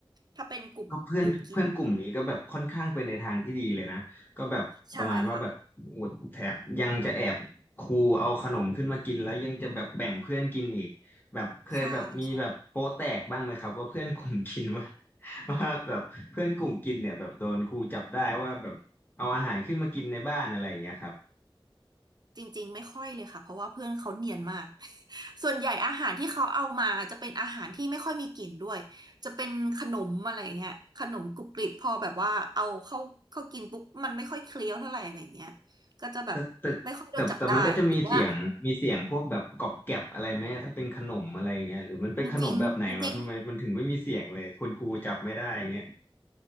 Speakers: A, on the right; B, on the left.
A: ถ้าเป็นกลุ่มกลุ่มกิน
B: ก็เพื่อนเพื่อนกลุ่มนี้ก็แบบค่อนข้างไปในทางที่ดีเลยนะก็แบบประมาณว่าแบบโอดแถมยังจะแอบครูเอาขนมขึ้นมากินแล้วยังจะแบบแบ่งเพื่อนกินอีกแบบเคยแบบมีแบบโป๊ะแตกบ้างไหมครับว่าเพื่อนกลุ่มกินว่า
A: ใช่ค่ะ ใช่ใช่
B: <laughs> ว่าแบบเพื่อนกลุ่มกินเนี่ยแบบโดนครูจับได้ว่าแบบเอาอาหารขึ้นมากินในบ้านอะไรอย่างเงี้ยครับ
A: จริงๆไม่ค่อยเลยค่ะเพราะว่าเพื่อนเขาเนียนมาก <laughs> ส่วนใหญ่อาหารที่เขาเอามาจะเป็นอาหารที่ไม่ค่อยมีกลิ่นด้วยจะเป็นขนมอะไรเงี้ยขนมกรุบกริบพอแบบว่าเอาเข้าเข้ากินปุ๊บมันไม่ค่อยเคี้ยวเท่าไหร่อะไรเงี้ยก็จะแบบไม่ค่อยโดนจับได้หรือว่า
B: แต่แต่แต่แต่มันก็จะมีเสียงมีเสียงพวกแบบกรอบแกรบอะไรไหมถ้าเป็นขนมอะไรเงี้ยหรือมันเป็นขนมแบบไหนเหรอทำไมมันถึงไม่มีเสียงเลยคุณครูจับไม่ได้เงี้ย
A: จริงๆจริง